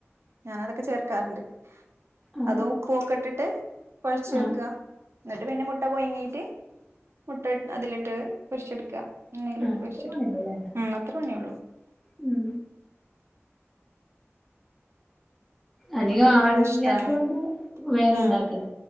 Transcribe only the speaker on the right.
ഞാനതൊക്കെ ചേർക്കാറുണ്ട്.
അതും ഉപ്പ് ഒക്കെ ഇട്ടിട്ട് കൊഴച്ച്
വെക്കുക.
എന്നിട്ട് പിന്നെ മുട്ട പൊയങ്ങിയിട്ട് മുട്ട അതിലിട്ട് പൊരിച്ചെടുക്കുക. എണ്ണയിലിട്ട്
പൊരിചെടുക്കാ
ഉം അത്ര പണിയേള്ളൂ.
മക്കൊക്കെല്ലാം
ഇഷ്ടാണ്
ഉം